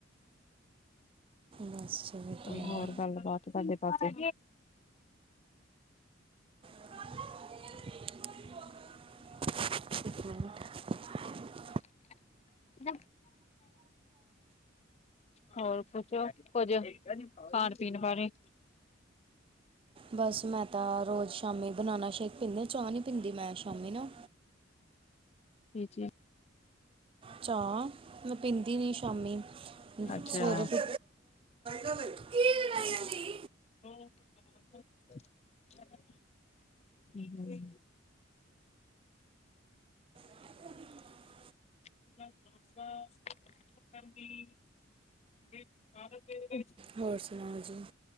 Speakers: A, on the right; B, on the left.
A: ਬਸ ਵਧੀਆ
B: ਕੋਈ ਹੋਰ ਗੱਲ-ਬਾਤ ਸਾਡੇ ਪਾਸੇ।
A: <unintelligible>
B: <unintelligible> ਹੋਰ ਕੁਛ ਕੁੱਝ ਖਾਣ-ਪੀਣ ਬਾਰੇ
A: ਬਸ ਮੈਂ ਤਾਂ ਰੋਜ਼ ਸ਼ਾਮੀ ਬਨਾਨਾ ਸ਼ੇਕ ਪੀਂਦੇ ਚਾਹ ਨਹੀਂ ਪੀਂਦੀ ਮੈਂ ਸ਼ਾਮੀ ਨਾ
B: ਇਹ ਚੀਜ਼ <inaudible>
A: ਚਾਹ ਮੈਂ ਪੀਂਦੀ ਨੀਂ ਸ਼ਾਮੀ
B: ਅੱਛਾ।
A: ਸਵੇਰੇ ਪੀ ਕੀ ਲੜਾਈਆਂ <unintelligible>
B: ਹਮ-ਹਮ
A: <inaudible>
B: <unintelligible>
A: ਹੋਰ ਸੁਣਾਓ ਜੀ।